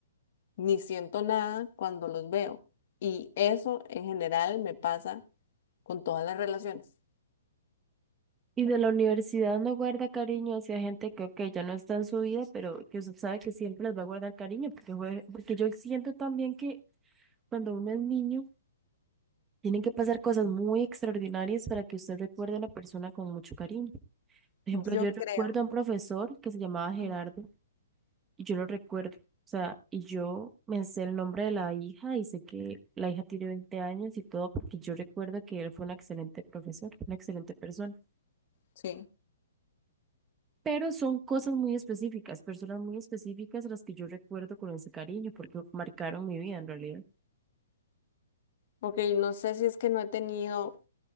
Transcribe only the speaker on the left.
ni siento nada cuando los veo. Y eso en general me pasa con todas las relaciones.
Yo
creo.
Ujú.
Sí.
Ok, no sé si es que no he tenido,